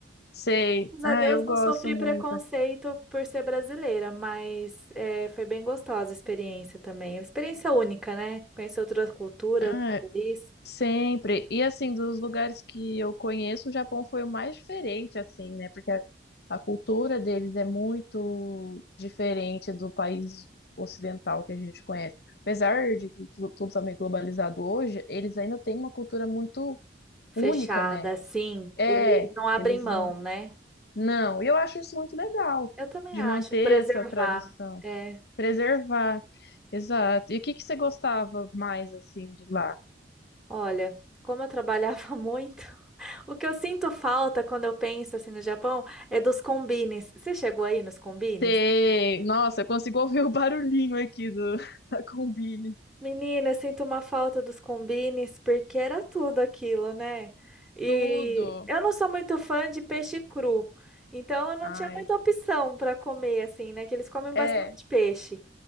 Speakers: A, on the left; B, in the centre.
A: Sei.
B: Graças
A: Ah,
B: a Deus
A: eu gosto
B: não sofri
A: muito.
B: preconceito por ser brasileira, mas é, foi bem gostosa a experiência também. Uma Experiência única, né? Conhecer outra cultura,
A: Ah,
B: outro país.
A: Sempre. E assim, dos lugares que eu conheço, o Japão foi o mais diferente, assim, né? Porque a, a cultura deles é muito diferente do país ocidental que a gente conhece. Apesar de que tu- tudo tá meio globalizado hoje, eles ainda têm uma cultura muito
B: Fechada,
A: única, né?
B: assim,
A: É,
B: eles não abrem
A: eles
B: mão,
A: não.
B: né?
A: Não, e eu acho isso muito legal,
B: Eu também
A: de
B: acho,
A: manter
B: preservar.
A: essa tradição,
B: É,
A: preservar. Exato. E o que que você gostava mais, assim, de lá?
B: olha, como eu trabalhava <laughs> muito. O que eu sinto falta quando eu penso assim no Japão é dos combines. Você chegou aí nos combines?
A: Tem. Nossa, eu consigo ouvir o barulhinho aqui do, <laughs> da Combine.
B: Menina, eu sinto uma falta dos combines porque era tudo aquilo, né? E
A: Tudo.
B: eu não sou muito fã de peixe cru, então eu não
A: Ai.
B: tinha muita opção para comer assim, né? Que eles comem bastante
A: É,
B: peixe.